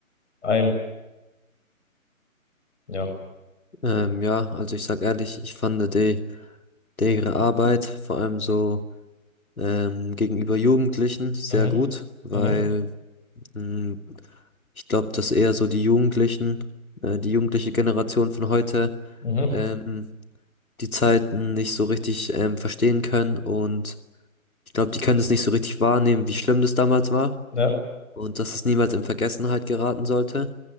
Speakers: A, on the left; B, on the left.
A: ein. Ja.
B: ähm, ja, also ich sag ehrlich, ich fand die, die ihre Arbeit, vor allem so ähm, gegenüber Jugendlichen sehr
A: Mhm.
B: gut, weil
A: Mhm.
B: mh, ich glaube, dass eher so die Jugendlichen, äh, die jugendliche Generation von heute
A: Mhm.
B: ähm, die Zeiten nicht so richtig ähm, verstehen können und ich glaube, die können das nicht so richtig wahrnehmen, wie schlimm das damals war
A: Ja.
B: und dass es niemals in Vergessenheit geraten sollte.